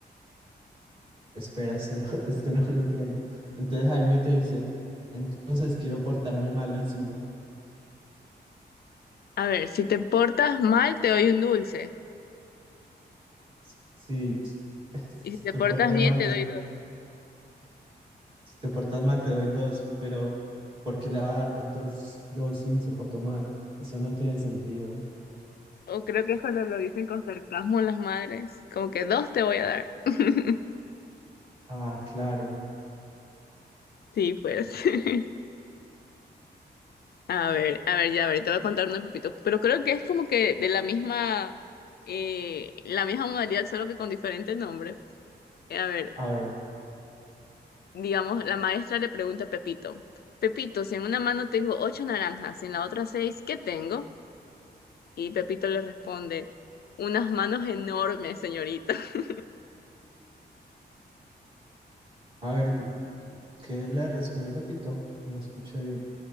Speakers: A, on the right; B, on the left.
A: Espera, este no, <laughs> este no lo entiendo. Entonces Jaimito dice, entonces quiero portarme malísimo.
B: a ver, si te portas mal, te doy un dulce.
A: S- Si, <laughs> si
B: Y si te
A: te
B: portas
A: portas
B: bien,
A: mal,
B: te
A: te,
B: doy dos.
A: si te portas mal, te doy dos. Pero, ¿por qué le va a dar dos, dos si se portó mal? Eso no tiene sentido.
B: O creo que es cuando lo dicen con sarcasmo las madres, como que dos te voy a dar. <laughs>
A: Ah, claro.
B: Sí, pues. <laughs> A ver, a ver, ya, a ver, te voy a contar uno de Pepito. Pero creo que es como que de la misma, eh, la misma modalidad, solo que con diferente nombre. Eh, A ver,
A: A ver,
B: digamos, la maestra le pregunta a Pepito, Pepito, si en una mano tengo ocho naranjas y en la otra seis, ¿qué tengo? Y Pepito le responde, unas manos enormes, señorita. <laughs>
A: a ver, ¿qué le respondió Pepito? No escuché bien.